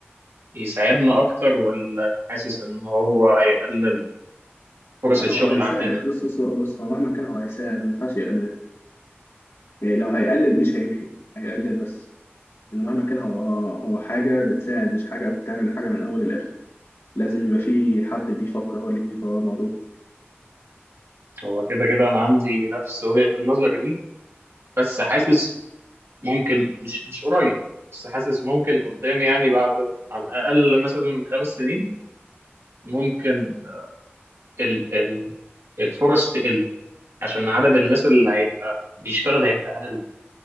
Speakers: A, on the right; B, on the left.
A: يساعدنا اكتر ولا حاسس ان هو هيقلل فرص
B: لا
A: الشغل
B: هو هيساعد
A: عندنا
B: بص بص بص هو مهما كان هو هيساعد ما ينفعش يقلل يعني لو هيقلل مش هيمحي هيقلل بس انه مهما كان هو هو حاجه بتساعد مش حاجه بتعمل حاجه من اول للاخر لازم يبقى في حد بيفكر هو اللي يبقى ورا الموضوع
A: هو كده كده انا عندي نفس وجهة النظر دي بس حاسس ممكن مش مش قريب بس حاسس ممكن قدام يعني بعد على الأقل مثلا خمس سنين ممكن ال ال الفرص تقل عشان عدد الناس اللي هيبقى بيشتغل هيبقى أقل